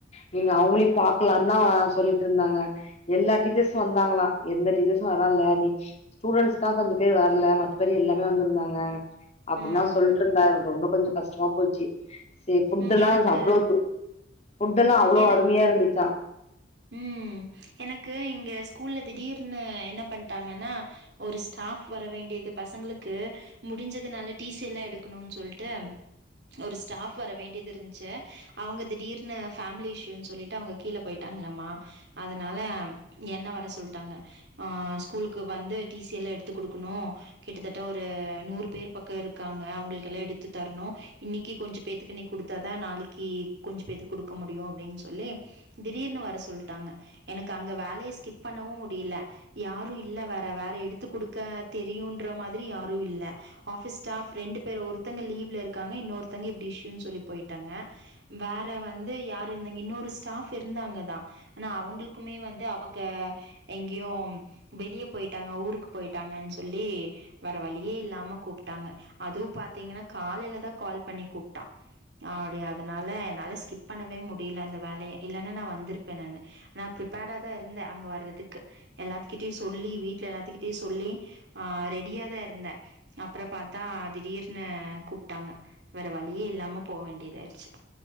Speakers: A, on the left; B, on the right.
A: நீங்க அவங்களையும பாக்கலான் தா சொல்லிட்டு இருந்தாங்க எல்லா டீச்சர்ஸு வந்தாங்களா எந்த டீச்சர்ஸும் வரால நீ ஸ்டூடெண்ட்ஸ் தா கொஞ்சோ பேர் வரல மத்த பேர் எல்லாமே வந்திருந்தாங்க அப்டின்னா
B: ம்
A: சொல்லிட்டு இருந்தா எனக்கு ரொம்ப கொஞ்சோ கஷ்டமா போச்சு சரி புட்
B: ம்
A: எல்லா
B: எனக்கு
A: சப்ளோட்டு புட் எல்லா
B: ம்
A: அவ்வளோ
B: எனக்
A: அருமையா இருந்துச்சா
B: ம் எனக்கு இங்க ஸ்கூல்ல திடீர்னு என்ன பண்ட்டாங்கன்னா ஒரு ஸ்டாப் வர வேண்டியது பசங்களுக்கு முடிஞ்சதுனால டீசி எல்லா எடுக்கணுன்னு சொல்லிட்டு ஒரு ஸ்டாஃப் வர வேண்டியது இருந்துச்சு அவங்க திடீர்னு பேமிலி இஷயூனு சொல்லிட்டு அவங்க கீழே போய்ட் ட்டாங்களாமா அதனால என்ன வர சொல்ட்டாங்க ஆ ஸ்கூலுக்கு வந்து டிசி எல்லா எடுத்து கொடுக்கணு கிட்டத்தட்ட ஒரு நூறு பேர் பக்கோ இருக்காங்க அவங்களுக்கெல்லா எடுத்து தரணு இன்னைக்கு கொஞ்சோ பேத்துக்கு நீ கொடுத்தாதான் நாளைக்கு கொஞ்சோ பேத்து கொடுக்க முடியு அப்டின்னு சொல்லி திடீர்னு வர சொல்லிட்டாங்க எனக்கு அங்கே வேலையை ஸ்கிப் பண்ணவு முடியல யாரு இல்ல வேற வேற எடுத்து குடுக்க தெரியுன்ற மாதிரி யாரு இல்ல ஆஃ பிஸ் ஸ்டாஃப் ரெண்டு பேர் ஒருத்தங்க லீவ்ல இருக்காங்க இன்னொருத்தங்க இப்டி இஷயூன்னு சொல்லி போயிட்டாங்க வேற வந்து யார் இருந்தாங்க இன்னொரு ஸ்டாஃப் இருந்தாங்கதா ஆனா அவங்களுக்குமே வந்து அவங்க எங்கேயோ வெளியே போயிட்டாங்க ஊருக்கு போயிட்டாங்கன்னு சொல்லி வேற வழியே இல்லாம கூப்ட்டாங்க அதுவு பார்த்தீங்கன்னா காலையிலதா கால் பண்ணி கூப்ட்டான் அ அப்படியா அதனால என்னால ஸ்கிப் பண்ணவே முடியல அந்த வேலைய இல்லைனா நா வந்திருப்பே நானு நா ப்ரிப்பேர்டா தா இருந்தே அங்கே வர்றதுக்கு எல்லாத்துக்கிட்டயு சொல்லி வீட்ல எல்லாத்துக்கிட்டயு சொல்லி ஆ ரெடியா தா இருந்தே அப்றம் பார்த்தா திடீர்னு கூப்ட்டாங்க வேற வழியே இல்லாம போக வேண்டியதாயிடுச்சு